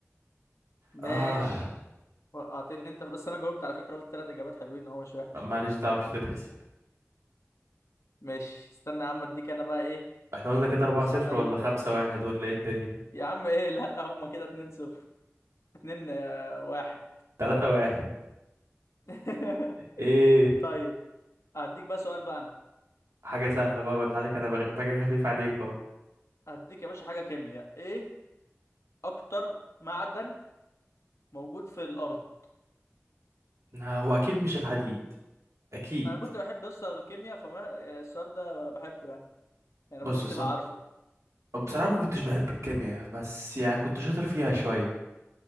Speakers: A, on the left; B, on the right.
A: ماشي
B: اه
A: وقعتني انت بس انا جاوبت على فكرة قلت تلات اجابات حلوين اهو مش وحش
B: ماليش دعوه مش هتتحسب
A: ماشي استنى يا عم اديك انا بقى ايه
B: احنا قلنا كده 4
A: سؤال
B: 0 ولا 5 1 ولا ايه الدنيا
A: يا عم ايه <laughs> لا هما كده اتنين صفر اتنين آه، واحد
B: 3 1
A: <laughs>
B: ايه
A: طيب هديك بقى سؤال بقى انا
B: حاجه سهله بقى بالله عليك انا بغ- باجي خفيف عليك اهو
A: هديك يا باشا حاجة كيمياء ايه اكتر معدن موجود في الارض
B: لا، هو اكيد مش الحديد اكيد
A: انا كنت بحب اصلا الكيمياء فما السؤال ده بحبه يعني يعني
B: بص
A: المفروض
B: ص...
A: تبقى عارفه
B: بصراحه ما كنتش بحب الكيمياء بس يعني كنت شاطر فيها شويه